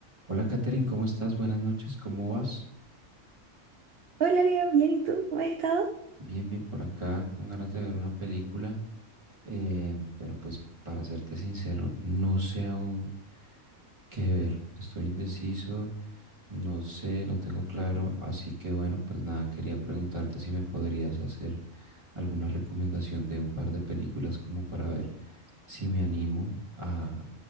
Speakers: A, on the right; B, on the right.
A: Hola, Katherine, ¿cómo estás? Buenas noches, ¿cómo vas?
B: Hola Leo, bien, ¿y tú? ¿Cómo has estado?
A: Bien, bien por acá, con ganas de ver una película, eh, pero pues para serte sincero, no sé aún qué ver. Estoy indeciso, no sé, no tengo claro, así que bueno, pues nada, quería preguntarte si me podrías hacer alguna recomendación de un par de películas como para ver si me animo a,